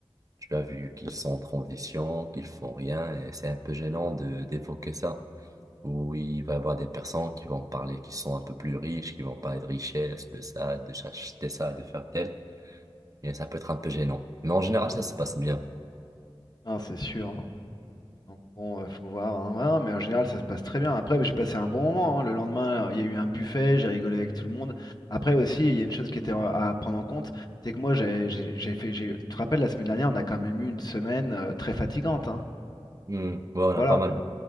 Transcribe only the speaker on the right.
Tu as vu qu'ils sont en transition, qu'ils font rien, et c'est un peu gênant de d'évoquer ça. où il va y avoir des personnes qui vont parler, qui sont un peu plus riches, qui vont parler de richesse, de ça, de s'acheter ça, de faire tel. Et ça peut être un peu gênant. Mais en général, ça se passe bien.
Hmm. Ouais, on
a pas mal.